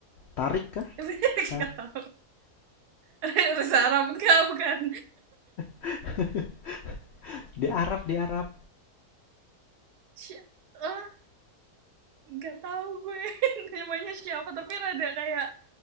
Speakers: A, on the left; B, on the right.
A: Tarik kah?
B: <laughs>
A: Tar.
B: gak tahu Reza <laughs> Arab enggak bukan
A: <laughs> Di Arab, di Arab.
B: Si- ah, nggak tahu gue <laughs> namanya siapa tapi rada kayak